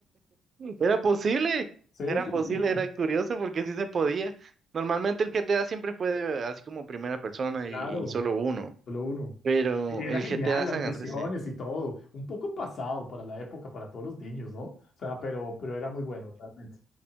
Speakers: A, on the right; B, on the left.
A: Era posible,
B: Sí, <laughs>
A: era posible, era curioso porque sí se podía. Normalmente el GTA siempre fue de- así como primera persona
B: claro.
A: y, y solo uno,
B: Solo uno.
A: pero
B: Y era
A: el
B: genial,
A: GTA
B: las
A: San
B: misiones
A: Andrés, eh,
B: y todo. Un poco pasado para la época, para todos los niños, ¿no? O sea, pero, pero era muy bueno, realmente.